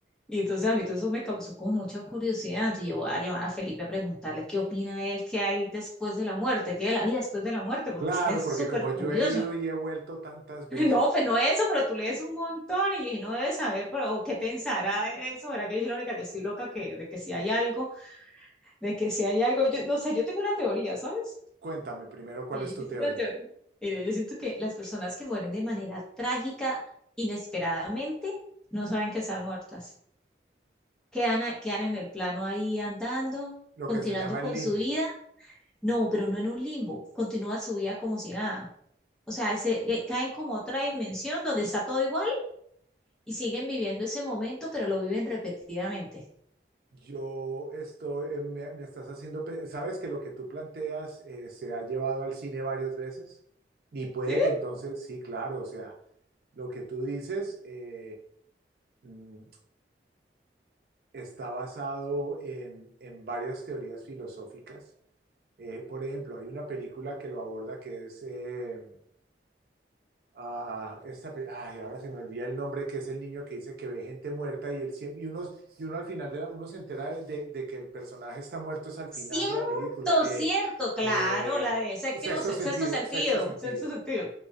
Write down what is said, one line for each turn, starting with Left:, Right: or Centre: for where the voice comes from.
Centre: Y entonces a mí todo eso me causó como mucha curiosidad. Entonces yo voy a llamar a Felipe a preguntarle qué opina él, qué hay después de la muerte, qué es la vida después de la muerte, porque
Right: Claro,
Centre: es que es
Right: porque
Centre: súper
Right: como yo
Centre: curioso.
Right: he ido y he vuelto tantas
Centre: <laughs>
Right: veces,
Centre: No, pues no eso, pero tú lees un montón y dije, no debes saber, pero ¿qué pensará de eso? ¿Verdad que yo soy la única que estoy loca que, de que si hay algo? de que si hay algo, yo no sé, yo tengo una teoría, ¿sabes?
Right: cuéntame primero cuál
Centre: Sí,
Right: es tu
Centre: yo
Right: teoría.
Centre: sí tengo teoría. Mira, yo siento que las personas que mueren de manera trágica, inesperadamente, no saben que están muertas. Quedan, a- quedan en el plano ahí andando,
Right: Lo
Centre: continuando
Right: que se llama
Centre: con
Right: el limbo.
Centre: su vida. No, pero no en un limbo, continúa su vida como si nada. O sea, se, eh, caen como a otra dimensión donde está todo igual y siguen viviendo ese momento, pero lo viven repetidamente.
Right: Yo estoy, eh, me, me estás haciendo, pe- sabes que lo que tú planteas eh, se ha llevado al cine varias veces y puede
Centre: ¿Sí?
Right: que entonces, sí, claro, o sea, lo que tú dices eh, mm, está basado en en varias teorías filosóficas Eh, por ejemplo, hay una película que lo aborda que es... eh, ah, esta, pe- ay, ahora se me olvida el nombre, que es el niño que dice que ve gente muerta y, él, siem- y, unos, y uno al final de la- uno se entera de, de- de que el personaje está muerto es al final
Centre: Cierto,
Right: de la película. Eh,
Centre: cierto, claro,
Right: eh,
Centre: la del
Right: sexto
Centre: séptimo, se-
Right: sentido,
Centre: sexto sentido,
Right: sexto sentido.
Centre: sexto sentido.